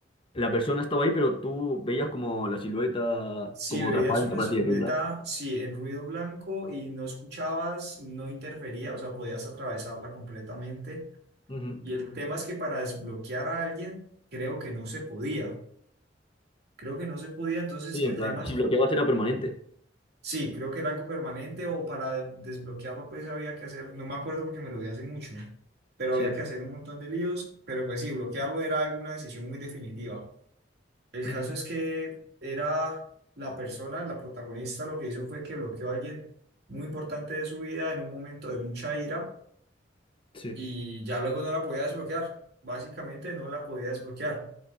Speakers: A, on the left; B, on the right.
A: la persona estaba ahí, pero tú veías como la silueta,
B: Si
A: como
B: veías
A: transparente,
B: una
A: por
B: silueta,
A: así decirla.
B: sí, en ruido blanco y no escuchabas, no interfería, o sea, podías atravesarla completamente.
A: Ujú.
B: Y el tema es que para desbloquear a alguien, creo que no se podía. Creo que no se podía, entonces
A: Sí,
B: el
A: en plan,
B: tema es
A: si bloqueabas era permanente.
B: Sí, creo que era algo permanente o para desbloquearlo pues había que hacer, no me acuerdo porque me lo vi hace mucho, pero
A: Sí,
B: había que hacer un montón de líos, pero pues sí, bloquearlo era alguna decisión muy definitiva. El
A: ujú,
B: caso es que era la persona, la protagonista, lo que hizo fue que bloqueó a alguien muy importante de su vida en un momento de mucha ira
A: sí.
B: y ya luego no la podía desbloquear, básicamente no la podía desbloquear.